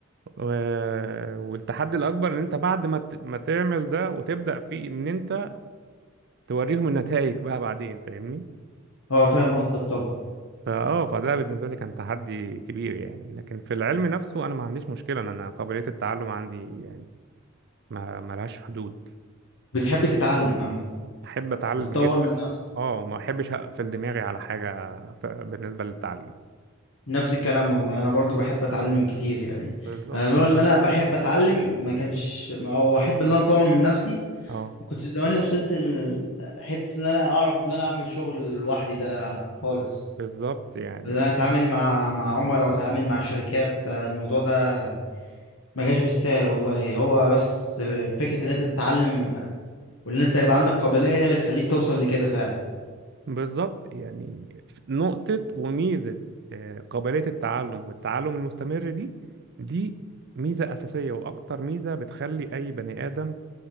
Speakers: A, on the right; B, on the left.
A: و... والتحدي الاكبر ان انت بعد ما ت... ما تعمل ده وتبدا فيه ان انت توريهم النتائج بقى بعدين فاهمني
B: اه فاهم قصدك طبعا
A: فاه فده بالنسبه لي كان تحدي كبير يعني لكن في العلم نفسه انا ما عنديش مشكله انا أنا قابليه التعلم عندي يعني ما ما لهاش حدود
B: بتحب تتعلم عامة
A: احب اتعلم
B: وتطور
A: جدا
B: من نفسك
A: اه وما احبش اقفل دماغي على حاجه ف... بالنسبه للتعليم
B: نفس الكلام والله انا برضو بحب اتعلم كتير يعني
A: بالظبط
B: انا لولا ان انا بحب اتعلم ما كانش او احب ان انا اطور من نفسي
A: اه
B: ما كنتش زماني وصلت ل- لحته ان انا اعرف ان انا اعمل شغل لوحدي ده خالص
A: بالظبط يعني
B: ان انا اتعامل مع مع عملاء واتعامل مع شركات الموضوع ده ما جاش بالسهل والله هو بس فكره ان انت تتعلم وان انت يبقى عندك قابليه هي اللي تخليك توصل لكده فعلا
A: بالظبط يعني نقطة وميزة آه، قابلية التعلم والتعلم المستمر دي دي ميزة أساسية وأكتر ميزة بتخلي أي بني آدم